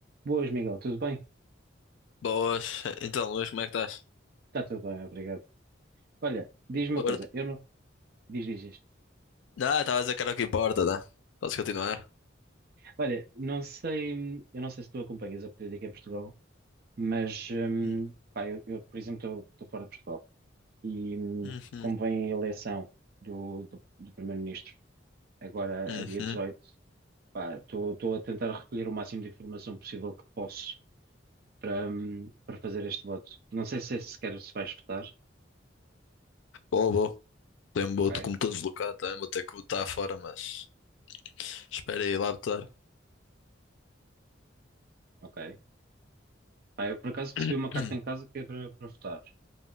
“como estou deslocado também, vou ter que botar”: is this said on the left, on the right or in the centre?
Left